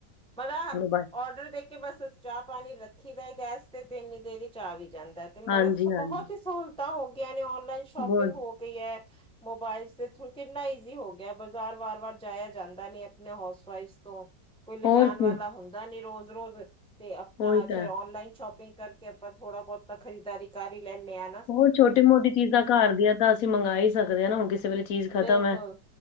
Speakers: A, in the centre; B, on the left (about 60°).
A: ਪਰਾ
B: ਮੋਬਾਇਲ
A: ਔਡਰ ਦੇ ਕਿ ਬਸ ਚਾਹ ਪਾਣੀ ਰੱਖੀ ਦਾ ਗੈਸ ਤੇ-ਤੇ ਇੰਨੀ ਦੇਰ ਵਿੱਚ ਆ ਵੀ ਜਾਂਦਾ। ਮਲਬ
B: ਹਾਂਜੀ, ਹਾਂਜੀ
A: ਬਹੁਤ ਹੀ ਸਹੂਲਤਾਂ ਹੋ ਗਈਆਂ ਨੇ ਔਨਲਾਈਨ ਸ਼ੋਪਿੰਗ
B: ਬਹੁਤ
A: ਹੋ ਵੀ ਐ ਮੋਬਾਇਲ ਦੇ ਥਰੂ ਕਿੰਨਾ ਈਜ਼ੀ ਹੋ ਗਿਆ ਬਾਜ਼ਾਰ ਵਾਰ-ਵਾਰ ਜਾਇਆ ਜਾਂਦਾ ਨੀ ਐ। ਮੈਂ ਹਾਊਸ ਵਾਈਫ ਤੋਂ ਕੋਈ ਲਿਜਾਣ
B: ਹੋਰ ਕੀ
A: ਵਾਲਾ ਨਈ ਹੁੰਦਾ ਨੀ ਰੋਜ਼-ਰੋਜ਼ ਤੇ ਆਪਣਾ
B: ਉਹੀ ਤਾਂ
A: ਫਿਰ
B: ਹੈ।
A: ਔਨਲਾਈਨ ਸ਼ੋਪਿੰਗ ਕਰਕੇ ਆਪਾਂ ਥੋੜਾ ਬੋਤਾ ਖਰੀਦਦਾਰੀ ਕਰ ਹੀ ਲੈਂਣੇ ਆਂ।
B: ਹੋਰ ਛੋਟੀ ਮੋਟੀ ਚੀਜ਼ਾਂ ਘਰ ਦੀਆਂ ਤਾਂ ਅਸੀਂ ਮੰਗਾਂ ਹੀ ਸਕਦੇ ਹਾਂ ਨਾ ਹੁਣ ਕਿਸੇ ਵੇਲੇ ਚੀਜ਼ ਖਤਮ
A: ਬਿਲਕੁਲ
B: ਹੈ।